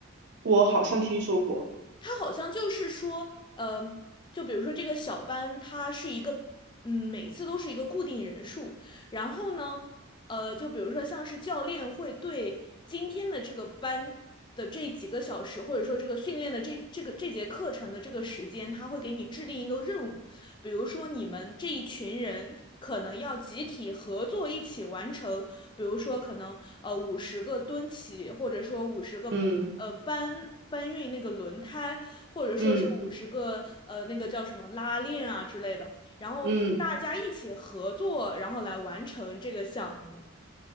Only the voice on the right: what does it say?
我好像听说过。
嗯
嗯
嗯。